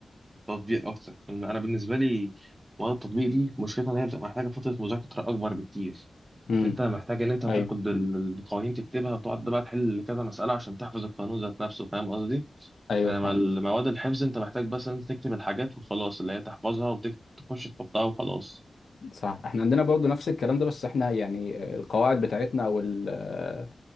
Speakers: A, on the right; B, on the left.
A: تطبيق اكتر لأن انا بالنسبة لي مواد التطبيق دي مشكلتها ان هي بتبقى محتاجة فترة مذاكرة اكبر بكتير
B: أمم،
A: انت محتاج ان انت تاخد
B: أيوه
A: ال- القوانين تكتبها وتقعد بقى تحل كذا مسألة عشان تحفظ القانون ذات نفسه فاهم قصدي
B: أيوه
A: انما
B: فاهم
A: المواد الحفظ انت محتاج بس ان انت تكتب الحاجات وخلاص اللي هي تحفظها وتخش تحطها وخلاص
B: صح احنا عندنا برضه نفس الكلام ده بس احنا يعني القواعد بتاعتنا او ال-